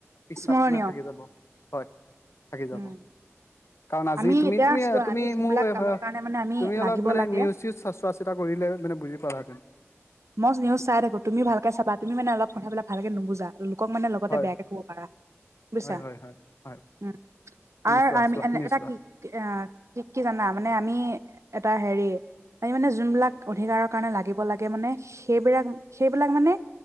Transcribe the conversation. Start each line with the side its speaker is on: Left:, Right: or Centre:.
Left: পিষ্টাত
Right: স্মৰণীয়
Left: মানে থাকি যাব। হয় থাকি যাব।
Right: উম
Left: কাৰণ আজি
Right: আমি
Left: তুমি
Right: এতিয়া
Left: তুমি
Right: চোৱা
Left: তুমি
Right: আমি যোনবিলাক
Left: মোৰ
Right: কামৰ কাৰণে মানে আমি
Left: তুমি
Right: লাগিব
Left: অলপ মানে
Right: লাগে
Left: নিউজ চোৱা চিতা কৰিলে মানে বুজি পালা হেঁতেন।
Right: মই নিউজ চাই থাকো, তুমি ভালকে চাবা, তুমি মানে অলপ কথা বিলাক অলপ ভালকে নুবুজা। লোকক মানে লগতে
Left: হয়
Right: বেয়াকে ক'ব পাৰা, বুজিছা।
Left: হয় হয় হয় হয়
Right: উমঁ'
Left: তুমি
Right: আৰু
Left: চোৱা
Right: আৰু
Left: চোৱা
Right: এনে
Left: নিউজ
Right: এটা
Left: চোৱা
Right: কি- আহ' কি কি জানা মানে আমি এটা হেৰি- আমি মানে যোনবিলাক অধিকাৰৰ কাৰণে লাগিব লাগে মানে সেইবিলাক, সেইবিলাক মানে